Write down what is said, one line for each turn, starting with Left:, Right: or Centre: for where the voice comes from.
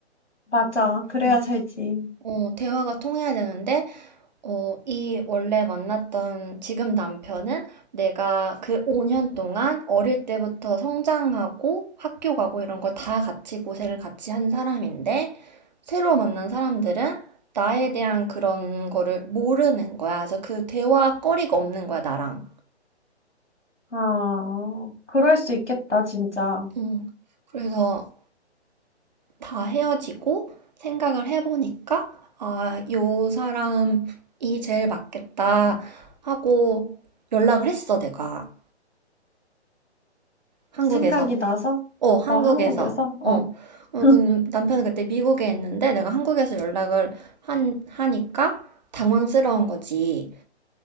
Left: 맞아. 그래야
Right: 응.
Left: 살지.
Right: 어, 대화가 통해야 되는데 어, 이 원래 만났던 지금 남편은 내가 그 5년 동안 어릴 때부터 성장하고 학교 가고 이런 걸 다 같이 고생을 같이 한 사람인데 새로 만난 사람들은 나에 대한 그런 거를 모르는 거야. 그래서 그 대화거리가 없는 거야, 나랑.
Left: 아, 그럴 수 있겠다, 진짜.
Right: 음, 그래서 다 헤어지고 생각을 해보니까 아, 요 사람이 제일 맞겠다 하고 연락을 했어, 내가. 한국에서.
Left: 생각이 나서,
Right: 어, 한국에서.
Left: 어, 한국에서,
Right: 어.
Left: 어,
Right: 어,
Left: <clears throat>
Right: 그 남편은 그때 미국에 있는데 내가 한국에서 연락을 한, 하니까 당황스러운 거지.